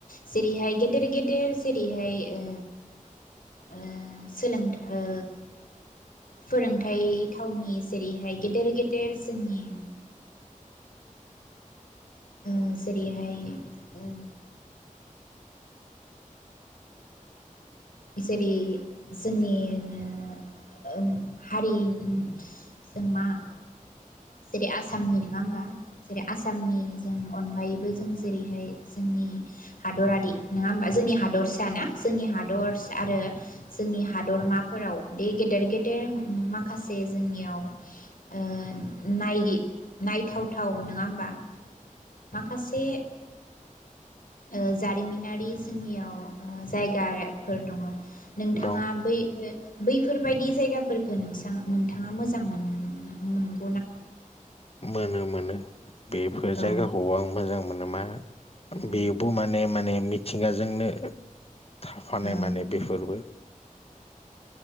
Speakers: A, on the left (about 90°); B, on the left (about 45°).
A: जेरैहाय गेदेर गेदेर जेरैहाय ओ ओ सोलोंथ' ओ फोरोंथाइ थावनि जेरैहाय गेदेर गेदेर जोंनि ओ जेरैहाय ओ जेरै जोंनिनो ओ हारि उम जों मा जेरै आसामनि नङा होमबा जेरै आसामनि जों अनगायैबो जों जेरैहाय जोंनि हादरारि नङा होमबा जोंनि हादरसा ना जोंनि हादरस आरो जोंनि हादरमाफोराव बे गेदेर गेदेर माखासे जोंनियाव ओ नाय नायथावथाव नङा होमबा माखासे ओ जारिमिनारि जोंनियाव जायगाफोर दङ। नोंथाङा
B: दं
A: बै बैफोरबायदि जायगाफोरफोरखौ नों नोंथाङा मोजां मोन मोन
B: मोनो मानो। बेफोर
A: औ
B: जायगाखौ आं मोजां मोनो मा
A: औ
B: बेबो माने माने मिथिंगाजोंनो थाफानाय
A: औ
B: माने बेफोरबो